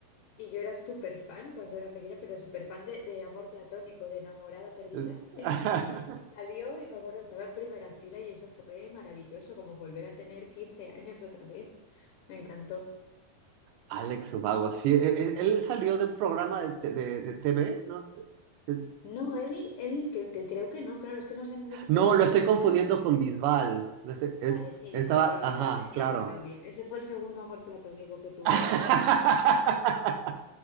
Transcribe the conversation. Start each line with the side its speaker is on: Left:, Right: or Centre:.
Left: y yo era súper fan cuando era pequeña, pero súper fan de, de amor platónico, de enamorada perdida.
Right: <laughs>
Left: <laughs> Y salió y me acuerdo, estaba en primera fila y eso fue maravilloso, como volver a tener 15 años otra vez. Me encantó.
Right: Alex Ubago, sí. e- e- Él, salió de un programa de, te- de- de TV, ¿no? Es-
Left: No, él, él cre- que- creo que no, claro, es que no sé, a mí me pilló,
Right: no,
Left: yo
Right: lo
Left: tenía...
Right: estoy confundiendo con Bisbal. Lo estoy- es-
Left: Vale, sí,
Right: estaba,
Left: Bisbal, bueno,
Right: ajá,
Left: Bisbal me encanta
Right: claro.
Left: también. Ese fue el segundo amor platónico que tuve.
Right: <laughs>